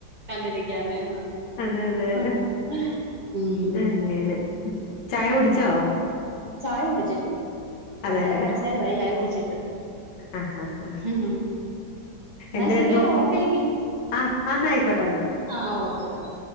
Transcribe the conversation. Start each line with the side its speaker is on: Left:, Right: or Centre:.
Right: കണ്ടിരിക്കാന്
Left: അതെയതെ
Right: ആഹ് ഉം
Left: എങ്ങനെ ചായ കുടിച്ചോ
Right: ചായ കുടിച്ച് ചായ
Left: അതെല്ലേ
Right: കൊറച്ച് നേരമായി ചായ കുടിച്ചി
Left: ആഹ് ആഹ് ആഹ്
Right: <unintelligible> ഉം ഉം ന്നാ
Left: എന്തായിരുന്നു
Right: ശരിയാടാ ഓക്കെ എങ്കി
Left: ആഹ് എന്നാ ആയിക്കോട്ടെ എന്നാ
Right: ആ ഓക്കെ ഓക്കെ